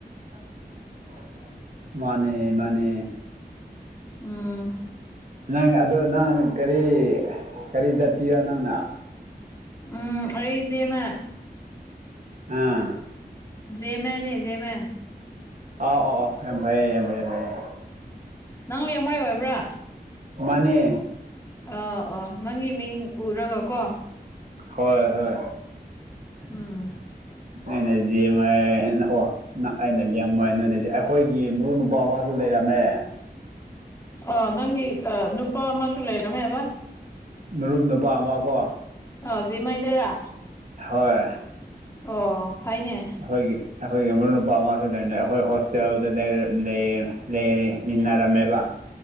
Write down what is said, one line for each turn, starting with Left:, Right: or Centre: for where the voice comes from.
Right: ꯑꯝ ꯎꯝ ꯃꯥꯅꯦ ꯃꯥꯅꯦ
Left: ꯎꯝ
Right: ꯅꯪ ꯑꯗꯣ ꯅꯪ ꯀꯔꯤ ꯀꯔꯤ ꯖꯥꯇꯤꯔꯣ ꯅꯪꯅ
Left: ꯎꯝ ꯑꯩ ꯏꯆꯦꯃ
Right: ꯑꯥ
Left: ꯖꯦ ꯃꯅꯦ ꯖꯦ ꯃ
Right: ꯑ ꯑꯣ ꯑꯣ ꯌꯥꯝꯡ ꯐꯩꯌꯦ ꯌꯥꯝꯡꯐꯩꯌꯦ ꯌꯥꯌꯦ
Left: ꯅꯪ ꯂꯩꯃꯥꯏ ꯑꯣꯏꯕ꯭ꯔꯥ
Right: ꯃꯅꯦ
Left: ꯑ ꯑꯥ ꯅꯪꯒꯤ ꯃꯤꯡ ꯎꯔꯒ ꯀꯣ
Right: ꯍꯣꯏ ꯍꯣꯏ
Left: ꯎꯝ
Right: ꯑꯩꯅ ꯌꯦꯃꯦ ꯑꯣ ꯑꯩꯅ ꯂꯦꯡꯃꯣꯏ ꯅ ꯑꯩꯈꯣꯏꯒꯤ ꯃꯔꯨ ꯃꯥꯁꯨ ꯂꯩꯔꯝꯃꯦ
Left: ꯑ ꯅꯪꯒꯤ ꯅꯨꯄꯥ ꯑꯃꯁꯨ ꯂꯩꯔꯝꯃꯦ ꯍꯥꯏꯕ
Right: ꯃꯔꯨꯞ ꯅꯨꯄꯥ ꯑꯃ ꯀꯣ
Left: ꯑ ꯖꯤ ꯃꯥꯏꯗꯔꯥ
Right: ꯍꯣꯏ
Left: ꯑꯣ ꯐꯥꯏꯅꯦ
Right: ꯑꯩꯈꯣꯏꯒꯤ ꯑꯩꯈꯣꯏꯒꯤ ꯃꯔꯨꯞ ꯅꯨꯄꯥ ꯑꯃꯁꯁꯨ ꯂꯩꯔꯅ ꯑꯩꯈꯣꯏ ꯍꯣꯁꯇꯦꯜꯗ ꯂꯩ ꯂꯩ ꯃꯤꯟꯅꯔꯝꯃꯦꯕ